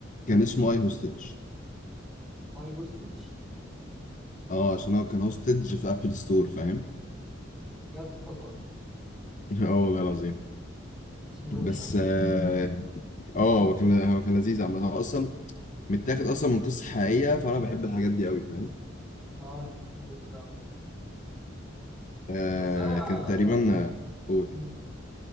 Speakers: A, on the left; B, in the centre.
A: كان اسمه اي هوستج
B: هاي بوستج
A: اه عشان هو كان هوستج في ابل ستور فاهم
B: بجد والله
A: <laughs> اه والله العظيم
B: اسمه
A: بس
B: روش عامه
A: اه آه، هو كان هو كان لذيذ عامة هو اصلا متاخد اصلا من قصه حقيقيه فانا بحب الحاجات دي قوي فاهم
B: اه انا بحب الحاجات دي فعلا كده.
A: آه
B: بس انا
A: كان تقريبا آه، قول
B: مم.